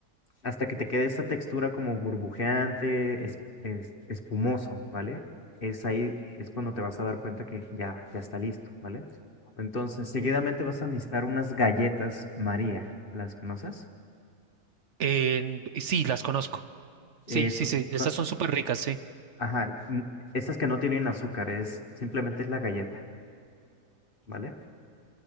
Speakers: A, on the left (about 40°); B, on the right (about 65°).
A: hasta que te quede esta textura como burbujeante, es, es- espumoso, ¿vale? Es ahí, es cuando te vas a dar cuenta que ya, ya está listo, ¿vale? Entonces, seguidamente vas a necesitar unas galletas María, ¿las conoces?
B: En- sí, las conozco.
A: Es-
B: Sí, sí, sí, estas
A: son-
B: son súper ricas, sí.
A: ajá, mm, esas que no tienen azúcar, es simplemente es la galleta, ¿vale?